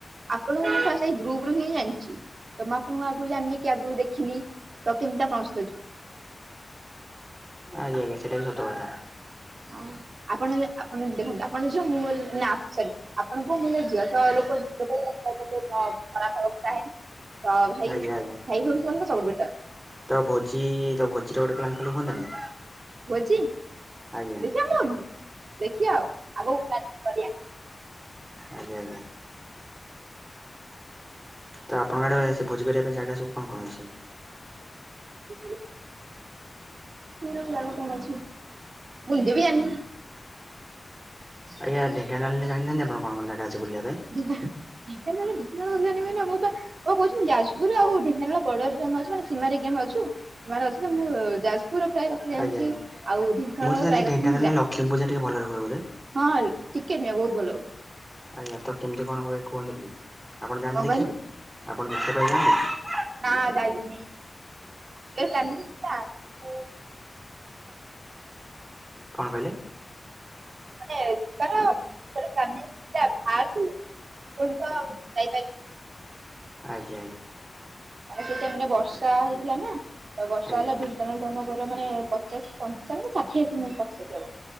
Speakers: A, on the right (about 80°); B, on the right (about 20°).
A: ଆପଣଙ୍କୁ ସେଇ ଗ୍ରୁପ ରୁ ହିଁ ଜାଣିଛି। ତ ମୁଁ ଆପଣଙ୍କୁ ଆଗରୁ ଜାଣିନି କି ଆଗରୁ ଦେଖିନି ତ କେମିତି ଆପଣଙ୍କ ସହ ଯିବି।
B: ଆଜ୍ଞା ଆଜ୍ଞା ସେଟା ବି ସତ କଥା।
A: ହଁ ଆପଣ ଆପଣ ଦେଖନ୍ତୁ ଆପଣ ଝିଅ ମୁଁ ନା ସରି ଆପଣ ପୁଅ ମୁଁ ହେଲି ଝିଅ। ଲୋକ ଲୋକ ଖରାଫ ହବାକୁ ଚାହେଁନି। ତ ଭାଇ
B: ଆଜ୍ଞା
A: ଭାଇ
B: ଆଜ୍ଞା।
A: ହଉଛନ୍ତି ସବୁଠୁ ବେଟର୍।
B: ତ ଭୋଜି ତ ଭୋଜିର ଗୋଟେ ପ୍ଲାନ୍ କଲେ ହୁଅନ୍ତା ନି?
A: ଭୋଜି <unintelligible>
B: ଆଜ୍ଞା
A: ଦେଖିବା ଆଉ ଆଗକୁ ପ୍ଲାନି କରିବା।
B: ଆଜ୍ଞା ଆଜ୍ଞା। ତ ଆପଣଙ୍କ ଆଡେ ସେ ଭୋଜି କରିବା ପାଇଁ ଜାଗା ସବୁ କଣ କଣ ଅଛି?
A: ଇ କଣ ଅଛି? ମୁଁ ନିଜେ ବି ଜାଣିନି।
B: ଆଜ୍ଞା ଢୋଙ୍କାନାଳ ରେ ଜଣିନାହାନ୍ତି ଆପଣ କଣ କଣ ଜାଗା ଅଛି? ବୁଲିବା ପାଇଁ
A: ନା ଢେଙ୍କାନାଳ ରେ? ମୁଁ ବା କହୁଛି ଯାଜପୁର ଆଉ ଢେଙ୍କାନାଳ ବର୍ଡରରେ ଅଛୁ ଆମେ ସୀମାରେ କି ଆମେ ଅଛୁ ରଇଥା ମୁଁ ଯାଉ ଯାଜପୁର ପ୍ରାୟ କଥା ଜାଣିଛି
B: ଆଜ୍ଞା ଆଜ୍ଞା।
A: ଆଉ ଢେଙ୍କାନାଳର
B: ମୁଁ ତ ଜାଣିଛି
A: ପ୍ରାୟ
B: ଢେଙ୍କାନାଳରେ
A: କଥା ମୁଁ ଜାଣନି।
B: ଲକ୍ଷ୍ମୀ ପୂଜା ଟିକେ ଭଲରେ ହୁଏ ବୋଧେ
A: ହଁ ଟିକେ ନୁହଁ ବହୁତ ଭଲ।
B: ଆଜ୍ଞା ତ କେମିତି କଣ ହୁଏ କୁହନ୍ତୁ ଟିକେ ଆପଣ ଯାଆନ୍ତି
A: କଣ
B: ଦେଖିବା ପାଇଁ ଆପଣ ଦେଖିବା ପାଇଁ ଯାଆନ୍ତି?
A: ନାଁ ଯାଇନି। ଗଲିନି ଆଉ,
B: କଣ କହିଲେ?
A: ଆରେ ଏଥର ଏଥର ପ୍ଲାନିଙ୍ଗ ଥିଲା ବାହାରୁ ଥିଲି ପୁଣି ତ ଯାଇପାଇଲିନି।
B: ଆଜ୍ଞା ଆଜ୍ଞା।
A: ମାନେ ସେଇଟାଇମ୍ ରେ ବର୍ଷା ହେଇଥିଲା ନା ତ ବର୍ଷା
B: ଆଜ୍ଞା
A: ହେଲା ଢେଙ୍କାନାଳ ଠୁ ଆମ ଘର ମାନେ ପଚାଶ ପଞ୍ଚାବନ ଷାଠିଏ କିମି ପାଖପାଖି ହବ।